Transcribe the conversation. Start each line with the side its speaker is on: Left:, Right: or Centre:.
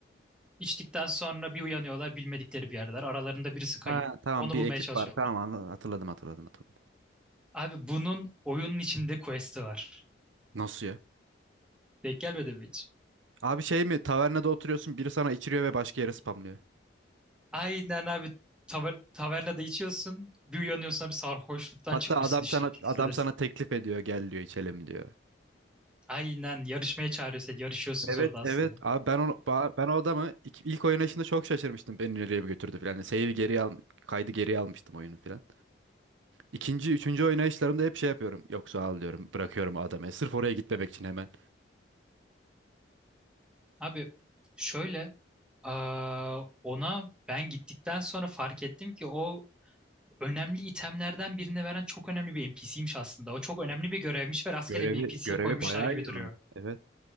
Centre: içtikten sonra bir uyanıyorlar bilmedikleri bir yerdeler aralarında birisi kayıp
Right: Ha tamam
Centre: onu
Right: bir
Centre: bulmaya
Right: ekip
Centre: çalışıyorlar
Right: var. Tamam anla- hatırladım hatırladım hatırladım.
Centre: abi bunun oyunun içinde quest'i var
Right: Nasıl ya?
Centre: denk gelmedi mi hiç
Right: Abi şey mi tavernada oturuyorsun biri sana içiriyor ve başka yere spamlıyor.
Centre: Aynen abi taver tavernada içiyorsun. Bir uyanıyorsun abi sarhoşluktan
Right: Hatta
Centre: çıkmışsın
Right: adam
Centre: işte
Right: sana
Centre: bir kilisedesin.
Right: adam sana teklif ediyor gel diyor içelim diyor.
Centre: Aynen yarışmaya çağırıyor seni. Yarışıyorsunuz
Right: Evet
Centre: orada aslında.
Right: evet. Abi ben onu ba- ben o adamı ilk, ilk oynayışında çok şaşırmıştım. Beni nereye bir götürdü falan. Save'i geri al kaydı geri almıştım oyunu falan. İkinci, üçüncü oynayışlarımda hep şey yapıyorum. Yok sağ ol diyorum. Bırakıyorum o adamı. Sırf oraya gitmemek için hemen.
Centre: Abi şöyle aa, ona ben gittikten sonra fark ettim ki o önemli itemlerden birini veren çok önemli bir NPC'ymiş aslında. O çok önemli bir görevmiş ve rastgele
Right: Görevi
Centre: bir NPC'ye
Right: görevi
Centre: koymuşlar
Right: bayağı
Centre: gibi
Right: iyi
Centre: duruyor.
Right: onun. Evet.